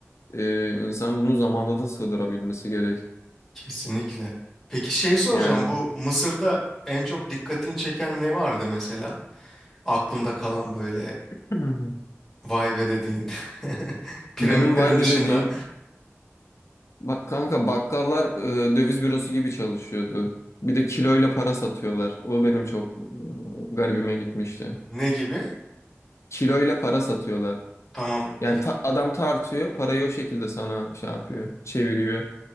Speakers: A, on the left (about 75°); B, in the centre.
A: e, insan bunu zamanda da sığdırabilmesi gerek.
B: Kesinlikle. Peki şey soracağım
A: Yani
B: bu Mısır'da en çok dikkatini çeken ne vardı mesela? Aklında kalan böyle
A: Hı.
B: vay be dediğin <laughs> piramitlerin
A: benim vibe
B: dışında
A: dediğim bak kanka bakkallar e, döviz bürosu gibi çalışıyordu. Bir de kiloyla para satıyorlar. O benim çok e, garibime gitmişti.
B: ne gibi?
A: Kiloyla para satıyorlar.
B: Tamam
A: Yani
B: y-
A: ta- adam tartıyor, parayı o şekilde sana şey yapıyor, çeviriyor.